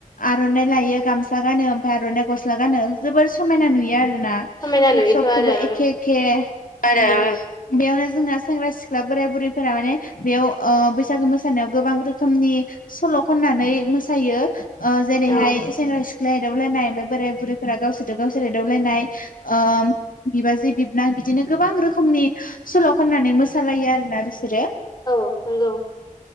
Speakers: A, on the left; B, on the left.
A: आर'नाइ लायो गामसा गानो ओमफ्राय आर'नाइ गस्ला गानो जोबोर समायना नुयो आरो ना?
B: समायना नुयोथ'
A: सबखोबो
B: आरो
A: एखे एखे <unintelligible> बेयावनो जोंना सेंग्रा-सिख्ला बोराय-बुरैफोरा माने बेयाव ओ बैसागु मोसानायाव गोबां रोखोमनि सल' खननानै मोस थायो जेरैहाय
B: ओं
A: सेंग्रा सि ख्ला एदावलायनाय ओमफाय बोराय-बुरैफोरा गावसोरजों गावसोर एदावलायनाय ओ बिबाजै बिबनां बिदिनो गोबां रोखोमनि सल' खननानै मोसालायो आरोना बिसोरो
B: औ नंगौ।